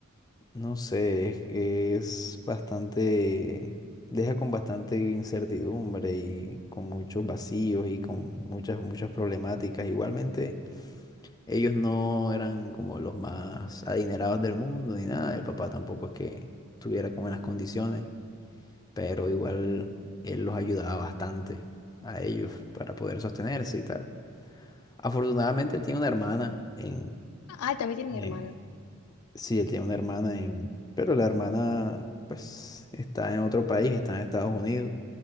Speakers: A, on the left; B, on the left.
A: no sé, es, es bastante... Deja con bastante incertidumbre y con muchos vacíos y con muchas, muchas problemáticas. Igualmente, Ellos no eran como los más adinerados del mundo ni nada. El papá tampoco es que estuviera como en las condiciones, pero igual él los ayudaba bastante a ellos para poder sostenerse y tal. Afortunadamente él tiene una hermana en,
B: Ah, también tienen
A: en-
B: hermana.
A: sí, él tiene una hermana en, pero la hermana pues está en otro país, está en Estados Unidos